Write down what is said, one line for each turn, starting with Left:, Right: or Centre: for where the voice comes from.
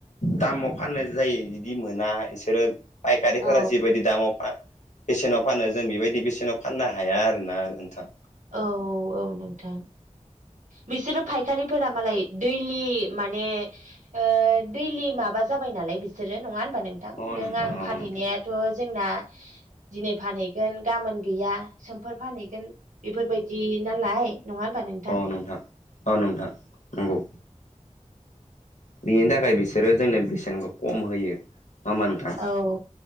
Left: दामाव फाननाय जायो बिदि मोना इसोरो फायखारिफोरा
Right: औ
Left: जिबायदि दामाव बेसेनाव फानो जों बेबायदि बेसेनाव फाननो हाया आरोना नोंथां।
Right: औ औ नोंथां। बिसोरो फायखारिफोरा मालाय दैलि माने ओ दैलि माबा जाबाय नालाय बिसोरो नङा होनबा नों
Left: अ
Right: थां नों
Left: नोंथां
Right: आं
Left: औ
Right: फानहैनायाथ'
Left: नोंथां
Right: जोंना दिनै फानहैगोन गाबोन गैया। सोमफोरोर फानहैगोन बेफोरबायदि नालाय नङा होनबा नों
Left: अ नोंथां औ नोंथां नंगौ बिनि थाखाय बिसोरो जोंनो बेसेनखौ खम होयो। नङा होमबा नोंथां
Right: औ